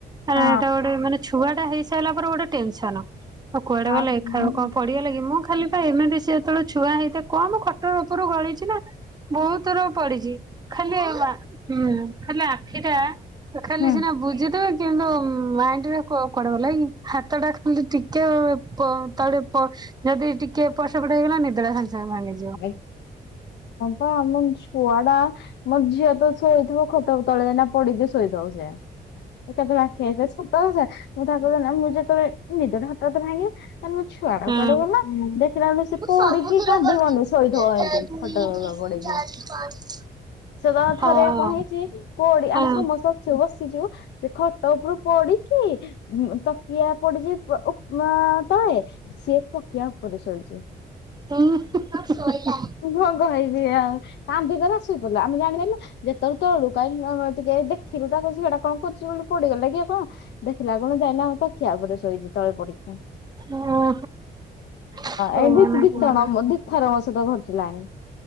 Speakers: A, on the right (about 25°); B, on the left (about 80°).
A: ଟା
B: ହଁ
A: ଗୋଟେ ମାନେ ଛୁଆ ଟା ହେଇ ସାରିଲା ପରେ ଗୋଟେ ଟେନସନ। ଆଉ କୁଆଡେ
B: ଆଉ
A: ଗଲକି
B: ହୁଁ।
A: ଖାଇବା କଣ ପଢିଗଲା କି ମୁଁ ଖାଲି ଏମିତି ସେ ଯେତେବେଳେ ଛୁଆ ହେଇଥାଏ କଣ ମୁ ଖଟର ଉପରୁ ଗଳିଛି ନା ବହୁତର ପଡିଛି ଖାଲି ହୁଁ ଖାଲି ଆଖିଟା ତ ଖାଲି
B: ହୁଁ
A: ସିନା ବୁଜି ଦେବେ କିନ୍ତୁ ମାଇଣ୍ଡ ରେ କୁଆଡ଼େ ଗଲା କି ହାତ ଟା ଖାଲି ଟିକେ ତ ତଳେ ଯଦି ଟିକେ ଏପଟେ ସେପଟ ହେଇଗଲା ନିଦଟା ସଙ୍ଗେ ସଙ୍ଗେ ଭାଙ୍ଗିଯିବ
B: କଣ କଣ ଆମ ଛୁଆ ଟା ମୋର ଝିଅ ତ ଶୋଇଥିବ ଖଟ ତଳେ ଦ ପଡିକି ଶୋଇଥିବ ସେ କେତେଳେ ଆଖ ସତ କଥା ବ ନା ମୁଁ ଯେତେବେଳେ ନିଦଟା ହାତାତ ଭାଙ୍ଗେ ଆରେ ମୋ ଛୁଆ ଟା
A: ହଁ
B: କୁଆଡ଼େ ଗଲା ଦେଖିଲା ବେଳେ କୁ ସେ
A: ମୁଁ
B: ପଡିକି
A: ସବୁଥର
B: କାନ୍ଦୁ
A: କରିଛି
B: ବନି ଶୋଇଥିବ
A: ଏକା
B: ଏମିତି
A: ଦୁଇ
B: ଖଟ ଉପରେ
A: ତିନି
B: ପଡିକି
A: ଚାରି ପାଞ୍ଚ
B: ସେ ତ ଥରେ
A: ହଁ
B: କଣ ହେଇଛି ପଡି
A: ହଁ
B: ଆମେ ସମସ୍ତ ବସିଛୁ ସେ ଖଟ ଉପରୁ ପଡିକି ତକିଆ ପଡିଛି ତଳେ ସିଏ ତକିଆ ଉପରେ ଶୋଇଛି।
A: ହୁଁ ହୁ ହୁ
B: ମୁ କଣ କହିବି ଆଉ କାନ୍ଦି ଦେବା ଶୋଇପଡ଼ିଲା ଆମେ ଜାଣିପାରଲୁ ଯେତେବେଳେ ତଳୁ କାଁ ଟିକେ ଦେଖିଲୁ ତାକୁ ଝିଅଟା କଣ କରୁଛି ବୋଲି ପଡିଗଲା କି କଣ ଦେଖିଲା କଣ ଯାଇଏନା ତଖିଆ ଉପରେ ଶୋଇଛି ତଳେ ପଡିକି। ହଁ
A: ଓହୋ କୁହନା
B: ଏଠି ଦି
A: କୁହନା।
B: ତଣ ଦିଥର ମୋ ସହ ଘଟିଲାଣି